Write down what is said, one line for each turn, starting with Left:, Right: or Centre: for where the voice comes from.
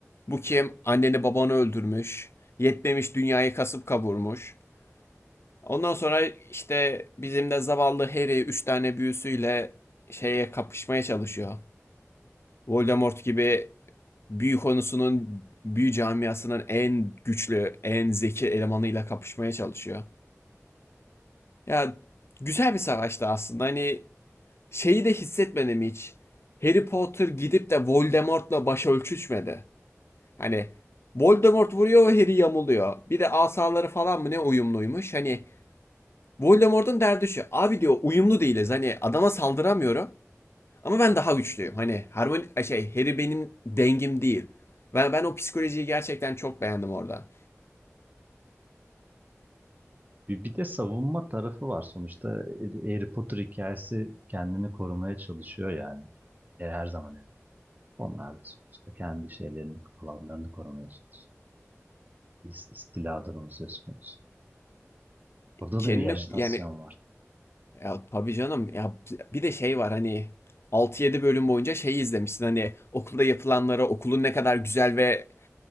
Left: Bu kim? Anneni babanı öldürmüş. Yetmemiş dünyayı kasıp kavurmuş. Ondan sonra işte bizim de zavallı Harry 3 tane büyüsüyle şeye kapışmaya çalışıyor. Voldemort gibi büyü konusunun büyü camiasının en güçlü, en zeki elemanıyla kapışmaya çalışıyor. Ya güzel bir savaştı aslında. Hani şeyi de hissetmedim hiç. Harry Potter gidip de Voldemort'la baş ölçüşmedi. Hani Voldemort vuruyor ve Harry yamuluyor. Bir de asaları falan mı ne uyumluymuş. Hani Voldemort'un derdi şu. Abi diyor uyumlu değiliz. Hani adama saldıramıyorum. Ama ben daha güçlüyüm. Hani harmoni şey Harry benim dengim değil. Ben, ben o psikolojiyi gerçekten çok beğendim orada.
Right: Bir, bir de savunma tarafı var. Sonuçta Harry Potter hikayesi kendini korumaya çalışıyor yani. E, her zaman öyle. Onlar da sonuçta kendi şeylerini, alanlarını korumaya çalışıyor. İs- İstiladır onun söz konusu. Burada
Left: Kendini
Right: da bir ajitasyon
Left: yani
Right: var.
Left: ya tabii canım ya bir de şey var hani altı yedi bölüm boyunca şey izlemişsin hani okulda yapılanlara okulun ne kadar güzel ve